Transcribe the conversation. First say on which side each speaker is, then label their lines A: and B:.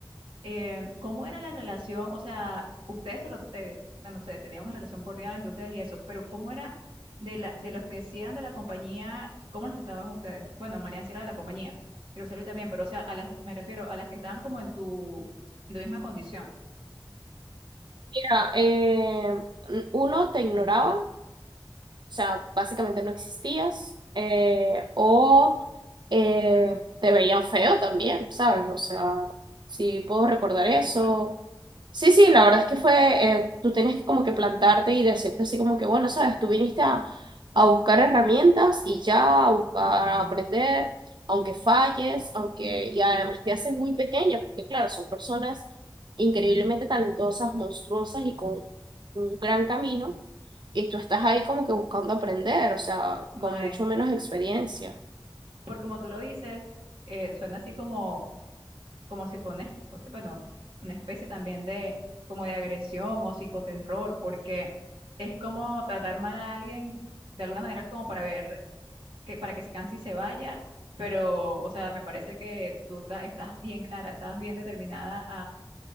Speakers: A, on the right (about 75°); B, on the right (about 60°).
A: Eh, ¿cómo era la relación? O sea, ustedes, se, re- te- bueno, se tenían una relación cordial entre ustedes y eso, pero ¿cómo era de la, de los que sí eran de la compañía, cómo los trataban ustedes? Bueno, Mariam sí era de la compañía, y Roselvi también, pero, o sea, a las, me refiero a las que estaban como en tu, en tu misma condición.
B: Mira, eh, uno te ignoraba. O sea, básicamente no existías. eh, o eh, te veían feo también, ¿sabes? O sea, sí puedo recordar eso.
A: Es fuerte.
B: Sí, sí, la verdad es que fue, eh, tú tenías que como que plantarte y decirte así como que, bueno, ¿sabes? Tú viniste a, a buscar herramientas y ya, a buscar, a aprender, aunque falles, aunque, y además te hacen muy pequeña, porque claro, son personas increíblemente talentosas, monstruosas y con un gran camino y tú estás ahí como que buscando aprender, o sea,
A: Mae,
B: con mucho menos experiencia.
A: Porque como tú lo dices, eh, suena así como, como si fuera una, es- bueno, una especie también de, como de agresión o psicoterror, porque es como tratar mal a alguien de alguna manera como para ver, que, para que se canse y se vaya, pero, o sea, me parece que tú ta- estás bien clara, estás bien determinada